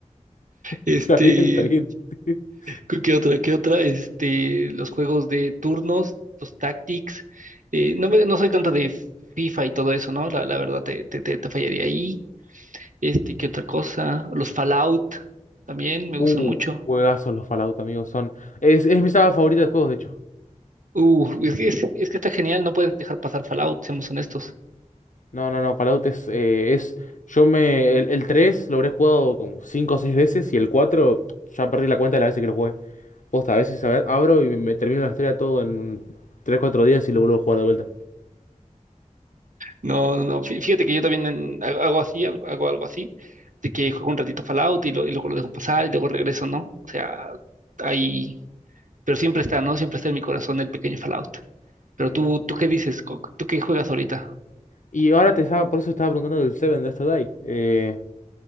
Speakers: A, on the right; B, on the left.
A: Este,
B: Está bien, está bien. <laughs>
A: ¿qué qué otra? ¿Qué otra? Este, los juegos de turnos, los tactics. Eh, no me, no soy tanto de FIFA y todo eso, ¿no? La, la verdad te, te, te, te fallaría ahí. Este, ¿qué otra cosa? Los Fallout también me
B: Uh,
A: gustan mucho.
B: juegazos los Fallout, amigos. Son. Es, es mi saga favorita de juegos, de hecho.
A: Uh, es que, es, es que está genial, no puedes dejar pasar Fallout, seamos honestos.
B: No, no, no. Fallout es. eh, es yo me. El, el 3 lo habré jugado como 5 o 6 veces. Y el 4 ya perdí la cuenta de las veces que lo jugué. Posta, a veces a ver, abro y me, me termino la historia todo en tres cuatro días y lo vuelvo a jugar de vuelta.
A: No, no, no. fí- Fíjate que yo también en- hago hago así, hago, hago algo así, de que juego un ratito Fallout y, lo- y luego lo dejo pasar y luego regreso, ¿no? O sea, ahí, pero siempre está, ¿no? Siempre está en mi corazón el pequeño Fallout. Pero
B: Sí.
A: tú, ¿tú qué dices? Co- ¿Tú qué juegas ahorita?
B: Y ahora te estaba. Por eso estaba preguntando del Seven de esto Die. Eh,